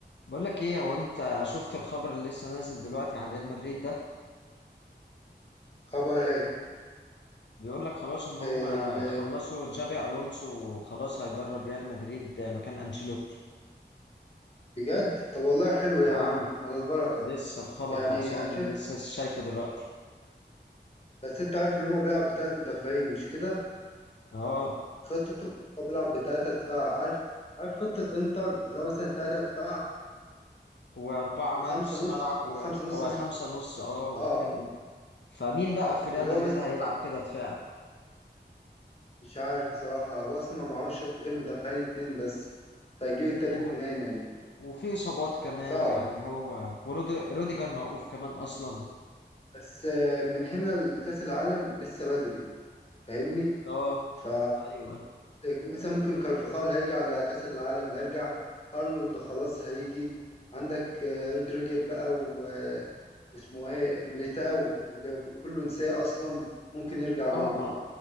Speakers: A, on the left; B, on the left.
A: بقول لك ايه هو انت شفت الخبر اللي لسه نازل دلوقتي عن ريال مدريد ده
B: خبر ايه
A: بيقول لك خلاص ان هم
B: ال-
A: خلصوا جابي الونسو وخلاص هيدرب ريال مدريد مكان انشيلوتي
B: بجد طب والله حلو يا
A: اه
B: عم على البركة
A: لسه الخبر
B: يعني
A: خلصان
B: شايف
A: لسه شايفه دلوقتي
B: بس انت عارف اللي هما بيلعب بتلات مدافعين مش كده
A: اه
B: خطته هو بيلعب بتلاتة دفاع عارف عارف خطة انتر اللي هو مثلا تلاتة دفاع
A: واربعه
B: وخمسة
A: ما نص
B: نص
A: ملعب و...
B: وخمسة نص
A: او
B: مثلا
A: خمسه نص اه واثنين
B: اه
A: قدام فمين بقى في ريال
B: اللي
A: مدريد
B: هو مثلا
A: هيلعب كده دفاع
B: مش عارف بصراحة هو اصلا ما معهوش غير مدافعين اتنين بس فهيجيب التالت
A: وم...
B: منين يعني
A: وفي اصابات كمان
B: صعب
A: يعني هو وروديجر موقوف كمان اصلا
B: بس آه، من هنا لكأس العالم لسه بدري فاهمني
A: اه
B: ف
A: ايوه
B: مثلا ممكن كارفاخال هيجي على كأس العالم هيرجع أرنولد خلاص هيجي عندك آه، رودريجر بقى و... آه، واسمه ايه ميليتاو اللي كله نساه أصلا ممكن يرجع
A: اه
B: برضه
A: ما